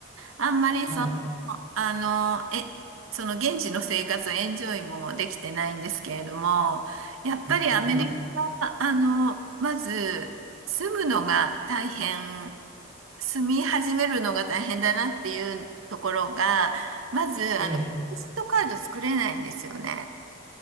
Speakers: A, on the right (about 85°); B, on the right (about 20°).
A: あんまりその、
B: はい。
A: あの、え、その現地の生活をエンジョイもできてないんですけれども、やっぱりアメリカ、
B: うん、はい。
A: あの、まず住むのが大変住み始めるのが大変だなっていうところが、まず、
B: ええ。
A: あの、クレジットカード作れないんですよね。